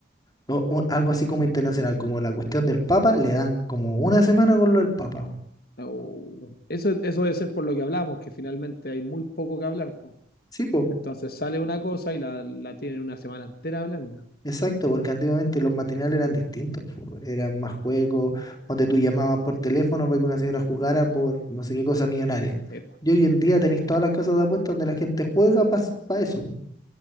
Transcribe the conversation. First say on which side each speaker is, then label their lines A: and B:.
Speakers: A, on the left; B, on the left.
A: o- o algo así como internacional, como la cuestión del Papa, le dan como una semana con lo del Papa. po.
B: Au. Eso, eso debe ser por lo que hablamos, que finalmente hay muy poco que hablar, po.
A: Sí, pues,
B: Entonces sale una cosa y la, la tienen una semana entera hablando.
A: Exacto, porque antiguamente los matinales eran distintos, po, eran más juegos, donde tú llamabas por teléfono para que una señora jugara por no sé qué cosa millonaria.
B: Sí, po,
A: Y hoy en día tenéis todas las casas de apuestas donde la gente juega para eso. po,